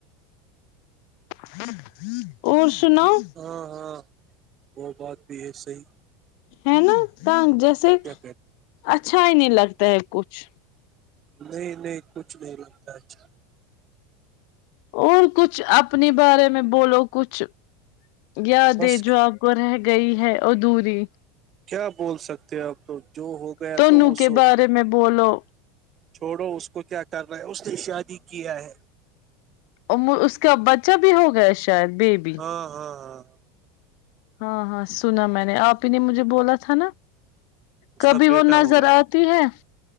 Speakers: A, on the left; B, on the right.
A: <unintelligible> اور سناو
B: ہاں ہاں وہ بات بھی ہے صحیح
A: ہے نا تنگ جیسے
B: آپ کیا کہتے
A: اچھا نہیں لگتا ہے کچھ
B: نہیں نہیں کچھ نہیں لگتا اچھا
A: اور کچھ اپنے بارے میں بولو کچھ یاد
B: بس
A: ہے جو آپ کو رہ گئی ہے ادھوری
B: کیا بول سکتے اب تو جو ہو گیا
A: تونو
B: تو وہ
A: کے
B: سو
A: بارے میں بولو
B: چھوڑو اس کو کیا کرنا‌ ہے اس نے شادی کیا ہے
A: اور اس کا بچہ بھی ہو گیا شاید بیبی
B: ہاں ہاں ہاں
A: ہاں ہاں سنا میں نے آپ ہی نے مجھے بولا تھا نا
B: اس
A: کبھی
B: کا بیٹا
A: وہ نظر
B: ہو گیا
A: آتی ہے